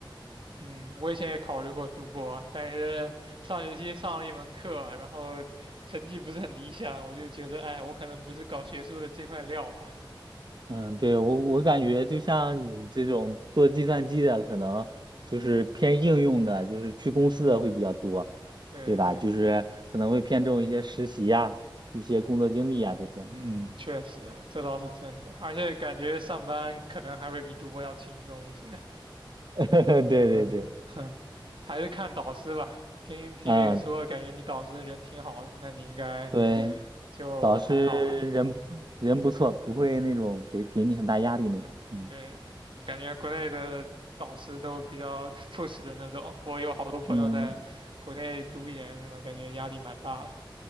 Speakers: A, on the right; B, on the right.
A: 嗯，我以前也考虑过读博，但是上学期上了一门课，然后成绩不是很理想，我就觉得，哎，我可能不是搞学术的这块料吧
B: 嗯，对，我我感觉就像你这种做计算机的，可能就是偏应用的，就是去公司的会比较多，
A: 对对，
B: 对吧？就是可能会偏重一些实习呀、一些工作经历啊这些。嗯，
A: 嗯，确实，这倒是真的，而且感觉上班可能还会比读博要轻松一些。
B: <laughs> 对对对，
A: <laughs> 嗯哼，还是看导师吧。听听你说，
B: 嗯，
A: 感觉你导师人挺好的，那你应该
B: 对，
A: 就还好吧。
B: 导师人人不错，不会那种给给你很大压力那种。嗯
A: 对，感觉国内的导师都比较 <laughs> p u 的那种。我有好多朋友在国内读研，
B: 嗯
A: 什么感觉压力蛮大的。